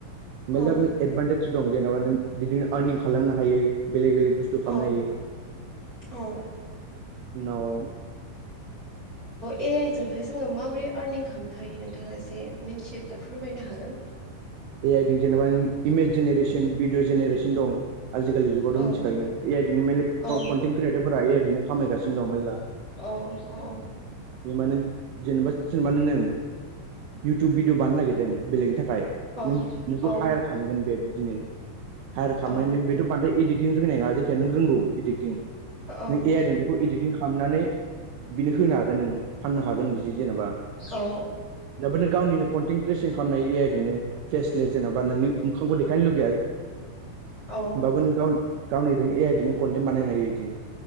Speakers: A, on the right (about 80°); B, on the right (about 20°).
A: मेल्ला
B: औ
A: एदभान्टेज दं जेनेबा नों बिदिनो आरनिं खालामनो हायो बेलेग बेलेग बुस्थु
B: औ
A: खालामनो हायो
B: औ
A: उनाव
B: ऐ आइ जोंहाय जोङो माबोरै आरनिं खालामनो हायो नोंथाङा एसे मिथियोब्ला फोरमायनो हागोन
A: ए आइ जों जेनेबा इमेज जेनेरेसन भिडिअ जेनेरेसन दं आजिखालि जुगावथ'
B: औ
A: मिथिखायो नों ए आइ जोंनो मेरला
B: औ
A: कनटेन्ट क्रियेटारफोरा ए आइ जोंनो खामायगासिनो दं मेरला
B: अह
A: बे माने जेनेबा जेनेबा नों इउटुब भिदिअ' बानायनो नागिरदों बेलेगनि थाखाय
B: औ
A: नों-नोंखौ
B: औ
A: हायार खालामगोन बे बिदिनो हायार खालामनायनि
B: औ
A: बेथ' बांद्राय एडिड नों रोंनाय नङा जायखिजाया नों रोंगौ इदिटिं
B: औ
A: नों ए आइ जों बेखौ इदिटिं खालामनानै बिनो होनो हागोन नों फाननो हागोन बिदि जेनेबा
B: औ
A: दाबा नों गावनिनो खन टेन क्रिसेन खालामनो हायो ए आइ जोंनो फेसलेस जेन'बा नोंनि मोखांखौ देखायनो लुुबैया
B: औ
A: बाबो
B: औ
A: नों गावनि गावनि बेदिनो ए आइ जोंनो कनटेन्ट बानायनो हायो बिदि